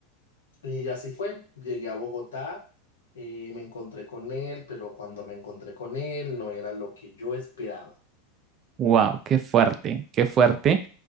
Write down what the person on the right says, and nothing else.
Wow, qué fuerte, qué fuerte.